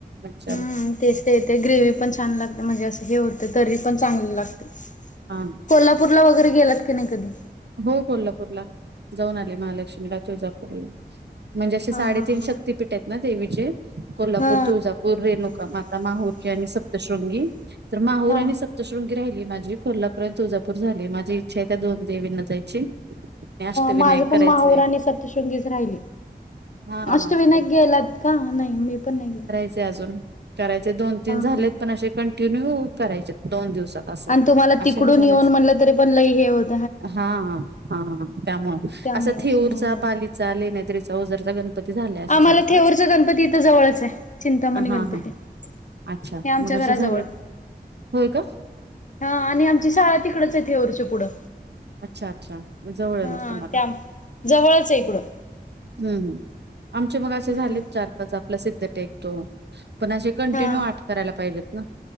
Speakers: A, on the right; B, on the left.
A: छान
B: हम्म, तेच तेच ते ग्रेवी पण छान लागते म्हणजे असं हे होतं करी पण चांगल लागत.
A: हां.
B: कोल्हापूरला वगैरे गेलात का नाय कधी?
A: हो कोल्हापूरला जाऊन आले महालक्ष्मीला, तुळजापूरला. म्हणजे असे
B: हा
A: साडेतीन
B: हा हा
A: शक्ततीपीठं येत ना देवीचे कोल्हापूर
B: हा
A: तुळजापूर रेणु माता, माहुरतीे आणि सप्तशृंगी. तर माहूर
B: हा.
A: आणि सप्तशृंगी राहिलीय माझी कोल्हापुरयंत तुळजापूर झाली माझी इच्छाये त्या दोन देवींना जायची अष्टविनायक
B: माझं पण
A: करायचे
B: माहोर आणि सप्तशृंगीच राहिली.
A: हा
B: अष्टविनायक
A: माझे पण
B: गेलात का नाही मी पण नाही गेली.
A: चय अजून करायचय दोन तीन झालेत
B: हा
A: पण असे कंटिन्यू करायचेत दोन दिवसात असं
B: आण तुम्हाला
A: असे
B: तिकडून
A: झालंच
B: येऊन म्हणलं तरी पण लई हे होत.
A: हा हा हा हा ह त्यामुळं
B: त्यामुळेच
A: असं थेऊरचा,
B: हा.
A: पालीचा, लेण्याद्रीचा, उजरचा गणपती झाले असे
B: आम्हाला
A: चार पाच
B: थेऊरचा गणपती इथं जवळच आहे. चिंतामणी
A: हा
B: गणपती.
A: हा अच्छा
B: हे आमच्या
A: मग
B: घराजवळ
A: असं झालं होय का
B: हा आणि आमची शाळा तिकडच आहेे थेऊरच्या पुढं
A: अच्छा- अच्छा जवळ आहे
B: हा
A: मग तुम्हाला.
B: त्या जवळच आहे इकडून.
A: हम् आमचे मग
B: हम्म
A: असे झालेत चार पाच आपला सिद्ध टेक तो पण असे कंटिन्यू
B: हा
A: आठ करायला पाहिजेत ना